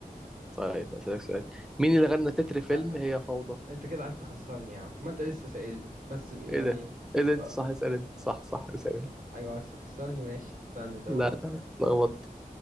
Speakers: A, in the centre; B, on the right (about 65°).
A: طيب أسألك سؤال مين اللي غنى تتر فيلم
B: لا
A: هي فوضى
B: انت كده عايز تخسرني يا عم ما انت لسه سائلني بس يعني
A: ايه ده ايه ده انت
B: اه
A: صح اسأل انت صح صح
B: م.
A: اسأل انت
B: ايوه عايز تخسرني ماشي استنى طب
A: لا
B: اقول
A: لا اتلخبطت